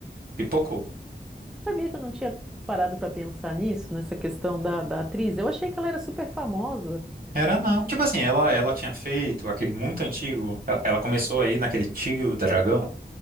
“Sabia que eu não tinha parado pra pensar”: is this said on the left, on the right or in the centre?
Centre